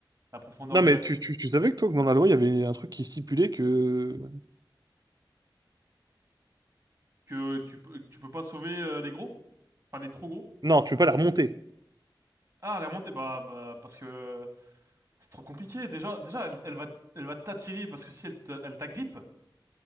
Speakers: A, on the right (about 35°); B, on the right (about 50°).
A: la profondeur
B: Non,
A: du
B: mais
A: lac.
B: tu, tu, tu savais que toi, que dans la loi, il y avait un truc qui stipulait que...
A: Que tu peux, tu peux pas sauver euh, les gros? Pas les trop gros?
B: Non, tu peux pas la remonter.
A: Ah, la montée, bah, bah, parce que euh, c'est trop compliqué. Déjà, déjà, elle, elle va, elle va t'attirer parce que si elle te- elle t'agrippe,